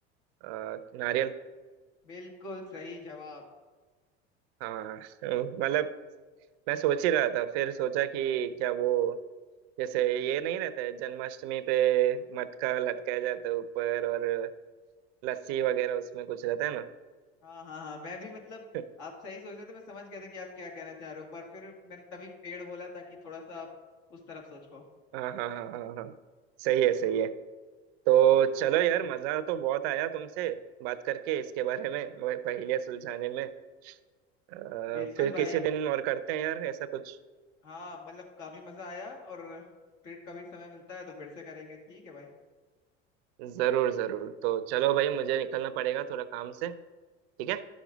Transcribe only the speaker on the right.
अ, नारियल
हाँ मतलब मैं सोच ही रहा था फिर सोचा कि क्या वो जैसे ये नहीं रहता है जन्माष्टमी पे मटका लटकाया जाता है ऊपर और लस्सी वगैरह उसमें कुछ रहता है ना
<laughs>
हाँ हाँ हाँ हाँ हाँ सही है सही है तो चलो यार मजा तो बहुत आया तुमसे बात करके इसके बारे में वह पहेलियाँ सुलझाने में अ,
फिर
किसी दिन और करते हैं यार ऐसा कुछ
जरूर जरूर तो चलो भाई मुझे निकलना पड़ेगा थोड़ा काम से ठीक है